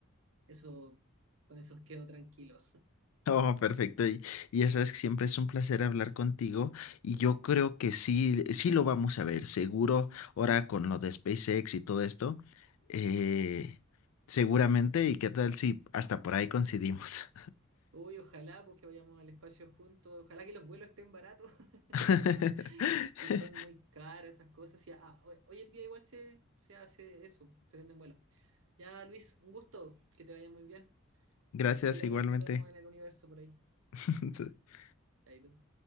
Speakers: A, on the right (about 65°); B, on the left (about 80°).
A: Eso, con eso quedo tranquilo.
B: Oh, perfecto. Y, y ya sabes que siempre es un placer hablar contigo y yo creo que sí, sí lo vamos a ver, seguro, ahora con lo de SpaceX y todo esto, eh, seguramente, y qué tal si hasta por ahí coincidimos.
A: Uy, ojalá porque vayamos al espacio juntos, ojalá que los vuelos estén baratos. <laughs>
B: <laughs>
A: si son muy caras esas cosas. Si, ah, hoy, hoy en día igual se, se hace eso, se venden vuelos. Ya, Luis, un gusto, que te vaya muy bien.
B: Gracias
A: Ojalá
B: igualmente.
A: que nos topemos en el universo por ahí.
B: <laughs>
A: Ahí tú.